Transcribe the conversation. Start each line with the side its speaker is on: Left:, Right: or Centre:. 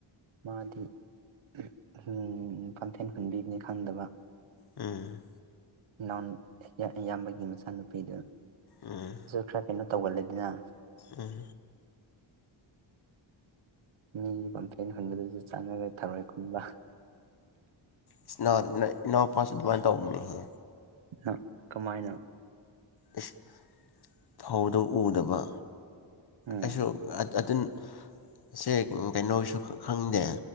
Right: ꯃꯥꯗꯤ <unintelligible> ꯍꯨꯟꯕꯤꯅꯤ ꯈꯪꯗꯕ
Left: ꯎꯝ
Right: ꯏꯅꯥꯎ ꯏꯌꯥꯝꯕꯒꯤ ꯃꯆꯥꯅꯨꯄꯤꯗꯨ
Left: ꯎꯝ
Right: ꯁꯨꯈꯔ ꯀꯩꯅꯣ ꯇꯧꯒꯜꯂꯦꯗꯅ
Left: ꯎꯝ
Right: ꯃꯤꯒꯤ ꯄꯝꯐꯦꯟ ꯍꯨꯟꯕꯗꯨꯁꯨ ꯆꯥꯅꯔꯦ ꯊꯔꯣꯏ ꯈꯨꯨꯟꯕ
Left: ꯏꯁ ꯏꯅꯥꯎ ꯅꯣꯏ ꯏꯅꯥꯎ ꯄꯥꯁꯨ ꯑꯗꯨꯃꯥꯏ ꯇꯧꯕꯅꯤ ꯍꯦ
Right: ꯍ ꯀꯃꯥꯏꯅ
Left: ꯏꯁ ꯐꯧꯗꯣ ꯎꯗꯕ
Right: ꯎꯝ
Left: ꯑꯩꯁꯨ <unintelligible> ꯁꯦ ꯀꯩꯅꯣꯁꯨ ꯈꯪꯗꯦ